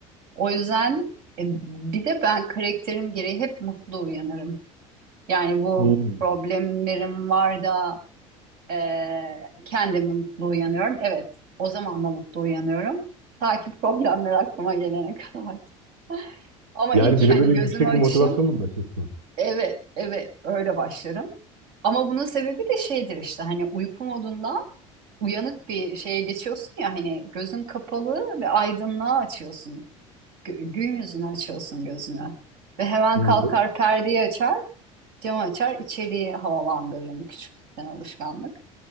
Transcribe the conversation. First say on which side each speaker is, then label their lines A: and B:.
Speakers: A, on the right; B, on the right.
A: O yüzden e, bir de ben karakterim gereği hep mutlu uyanırım. Yani bu
B: Hmm.
A: problemlerim var da e, kendimi mutlu uyanıyorum. Evet, o zaman da mutlu uyanıyorum. Ta ki problemler aklıma gelene kadar. <laughs> Ama
B: Yani
A: ilk
B: güne
A: hani
B: böyle
A: gözümü
B: yüksek
A: açışım
B: bir motivasyonla mı başlasın?
A: Evet, evet öyle başlarım. Ama bunun sebebi de şeydir işte hani uyku modundan uyanık bir şeye geçiyorsun ya hani gözün kapalı ve aydınlığa açıyorsun. Gö- Gün yüzünü açıyorsun gözünü. Ve hemen
B: Hmm.
A: kalkar perdeyi açar, camı açar, içeriği havalandırırım küçüklükten alışkanlık.